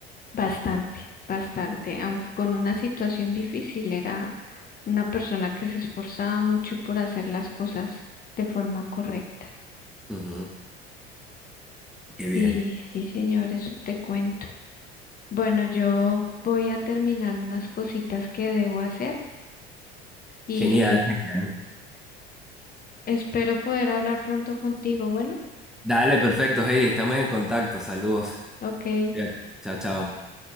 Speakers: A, on the left; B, in the centre.
A: Bastante, bastante, aunque con una situación difícil, era una persona que se esforzaba mucho por hacer las cosas de forma correcta.
B: Ujú, Qué bien.
A: Sí, sí, señor, eso te cuento. Bueno, yo voy a terminar unas cositas que debo hacer y
B: Genial, genial.
A: espero poder hablar pronto contigo. Bueno,
B: Dale, perfecto, Heidi, estamos en contacto, saludos.
A: ok.
B: Cuídate. Chao, chao.